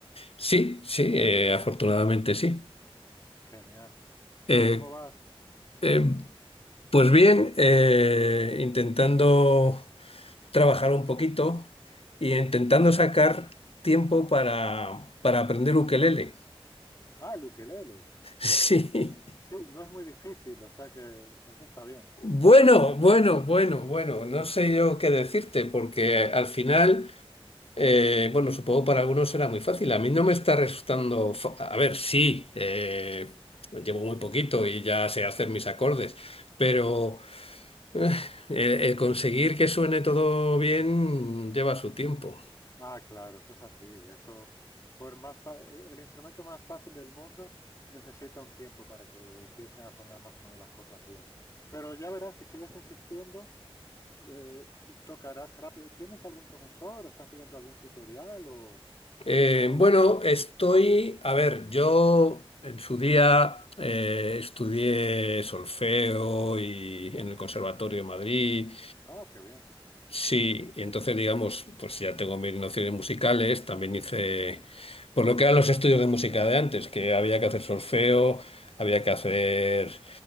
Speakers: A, on the left (about 75°); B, on the left (about 35°).
A: Sí, sí, eh, afortunadamente sí.
B: Genial.
A: Eh,
B: ¿Cómo vas?
A: eh,
B: Sí, sí.
A: pues bien, eh, intentando trabajar un poquito y intentando sacar tiempo para, para aprender ukelele. <laughs>
B: Ah, el ukelele.
A: Sí.
B: Sí, no es muy difícil, o sea que eso está bien.
A: Bueno, bueno, bueno, bueno, no sé yo qué decirte porque al final... Eh, bueno, supongo para algunos será muy fácil. A mí no me está resultando... fa- A ver, sí, eh, llevo muy poquito y ya sé hacer mis acordes, pero eh, el el conseguir que suene todo bien lleva su tiempo.
B: Ah, claro, eso es así. Eso, por más fa- e- el instrumento más fácil del mundo necesita un tiempo para que empiecen a sonar más o menos las cosas bien. Pero ya verás, si sigues insistiendo, eh, tocarás rápido. ¿Tienes algún profesor o estás siguiendo algún tutorial o,
A: Eh,
B: o algún?
A: bueno, estoy... A ver, yo en su día eh, estudié solfeo y en el Conservatorio de Madrid.
B: Ah, qué bien.
A: Sí, y entonces digamos, pues ya tengo mis nociones musicales, también hice, por lo que eran los estudios de música de antes, que había que hacer solfeo, había que hacer,